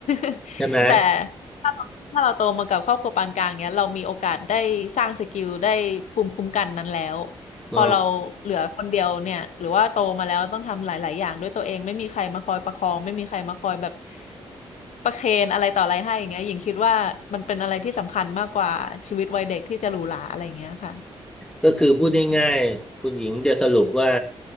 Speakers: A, on the left; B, in the centre.
A: <laughs>
B: ใช่ไหม
A: แต่ถ้าเราถ้าเราโตมากับครอบครัวปานกลางเนี้ยเรามีโอกาสได้สร้างสกิลได้ภูมิคุ้มกันนั้นแล้ว
B: เออ
A: พอเราเหลือคนเดียวเนี่ยหรือว่าโตมาแล้วต้องทำหลาย ๆ อย่างด้วยตัวเองไม่มีใครมาคอยประคองไม่มีใครมาคอยแบบประเคนอะไรต่ออะไรให้อย่างเงี้ยหญิงคิดว่ามันเป็นอะไรที่สำคัญมากกว่าชีวิตวัยเด็กที่จะหรูหราอะไรอย่างเงี้ยค่ะ
B: ก็คือพูดง่ายๆคุณหญิงจะสรุปว่า